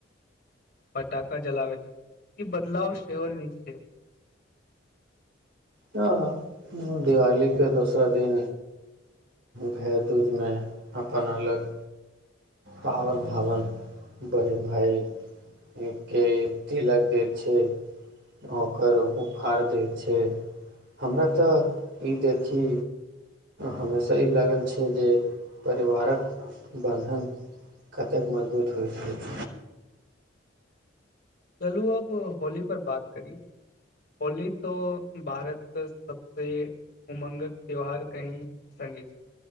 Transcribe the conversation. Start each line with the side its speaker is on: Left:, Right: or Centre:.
Left: फटाखा जलाबै छै ई बदलाव सेहो नीक छै
Right: हँ दिवालीके दोसरा दिन भैया दूज मे अपन अलग पाबनि भाबनि बहिन भायके तिलक दैत छै ओकर उपहार दैत छै हमरा तऽ ई देखी हमेशा ई लागल छै जे परिवारक बन्धन कतेक मजबूत होइत रहकै -
Left: चलू अब होली पर बात करी होली तो भारत के सबस उम्ंगक त्यौहार कहीं संगे छै